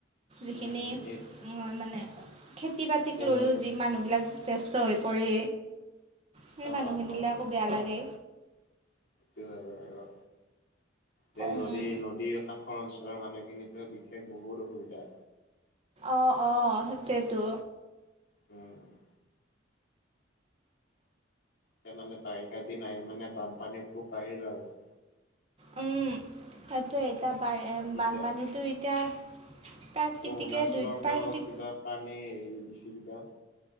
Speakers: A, on the right; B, on the left.
A: যিখিনি
B: উম এই
A: হয় মানে, খেতি-বাতিক লৈয়ো
B: নৈ
A: যি মানুহবিলাক ব্যস্ত হৈ পৰি সেই
B: অ'
A: মানুহখিনিলে
B: অ'
A: আকৌ বেয়া লাগে।
B: সেইটো হয় বাৰু দে নদী
A: উম,
B: নদী এটা অ, অঞ্চলৰ মানুহখিনিতো বিশেষ বহুত অসুবিধা।
A: অ অ সেইটোৱেতো।
B: উম উ উ এতিয়া মানে বাৰিষা দিন আহি মানে বানপানী খুব বাঢ়িল আৰু
A: আ উম উ উ সেইটো এতিয়া বাঢ়ে
B: এতিয়া
A: বানপানীটো এতিয়া। প্ৰাকৃতিকে
B: অৰুণাচলৰ
A: দুই প্ৰাকৃতিক
B: পৰাও কিবা পানী এৰি দিছে কিবা।